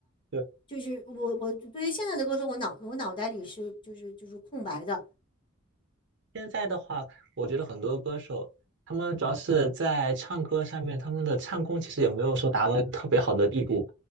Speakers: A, on the right (about 60°); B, on the left (about 25°).
A: 对，
B: 就是我我对于现在的歌手，我脑我脑袋里是就是就是空白的，
A: 现在的话，我觉得很多歌手，他们主要是在唱歌上面，他们的唱功其实也没有说达到一个特别好的地步，